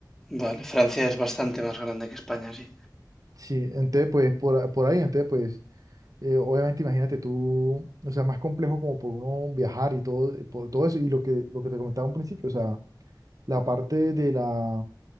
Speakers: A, in the centre; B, on the right.
A: Vale, Francia es bastante más grande que España, sí.
B: Sí, entonces pues por, a- por ahí, entonces pues eh, obviamente imagínate tú, o sea, más complejo como por uno viajar y todo, eh, por todo eso, y lo que, lo que te comentaba un principio, o sea, la parte de la